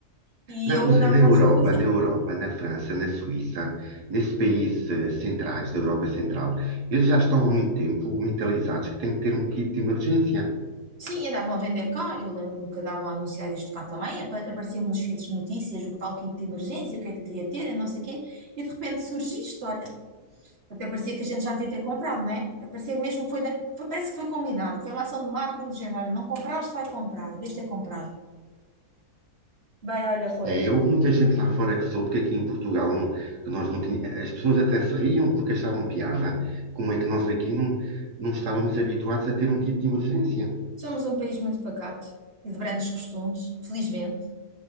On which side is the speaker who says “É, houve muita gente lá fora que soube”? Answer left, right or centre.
Right